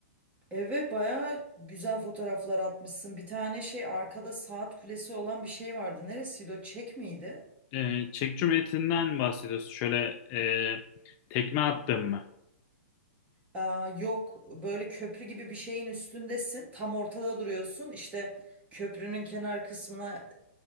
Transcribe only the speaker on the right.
Evet baya güzel fotoğraflar atmışsın. Bir tane şey arkada saat kulesi olan bir şey vardı. Neresiydi o? Çek miydi?
Aa, yok böyle köprü gibi bir şeyin üstündesin. Tam ortada duruyorsun. İşte köprünün kenar kısmına